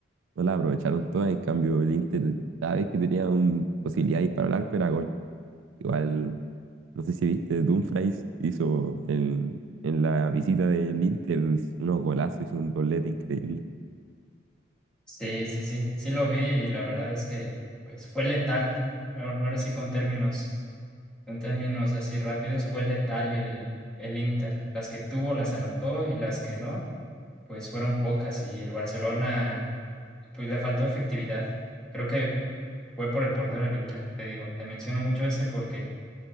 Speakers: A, on the right; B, in the centre.
A: No la aprovecharon todas, en cambio el Inter cada vez que tenía una posibilidad de disparar al arco era gol. Igual, no sé si viste, Dumfries hizo en, en la visita del Inter unos golazos, hizo un doblete increíble.
B: Sí, sí, sí, sí lo vi y la verdad es que pues fue letal. Ahora ahora sí con términos, con términos así rápidos, fue letal el, el Inter. Las que tuvo las anotó y las que no, pues fueron pocas y el Barcelona pues le faltó efectividad. Creo que fue por el portero del Inter, te digo, te menciono mucho ese porque